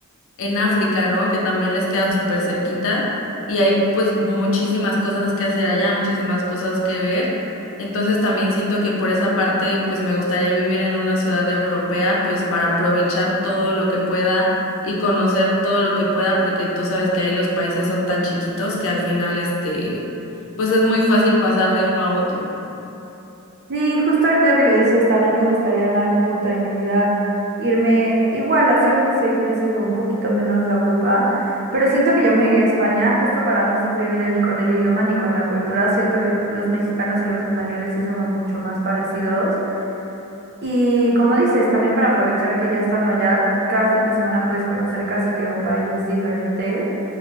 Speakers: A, on the left (about 60°); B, on the right (about 50°).
A: en África, ¿no? Que también les queda súper cerquita y hay pues muchísimas cosas que hacer allá, muchísimas cosas que ver. Entonces también siento que por esa parte pues me gustaría vivir en una ciudad europea pues para aprovechar todo lo que pueda y conocer todo lo que pueda porque tú sabes que ahí los países son tan chiquitos que al final este pues es muy fácil pasar de uno a otro.
B: Sí, justo ahorita que lo dices, también me gustaría en algún punto de mi vida irme igual, así unos seis meses o un poquito menos a Europa, pero siento que yo me iría a España justo para no sufrirle ni con el idioma ni con la cultura. Siento que los mexicanos y los españoles sí somos mucho más parecidos. Y como dices, también para aprovechar que ya estando allá, cada fin de semana puedes conocer casi que un país diferente.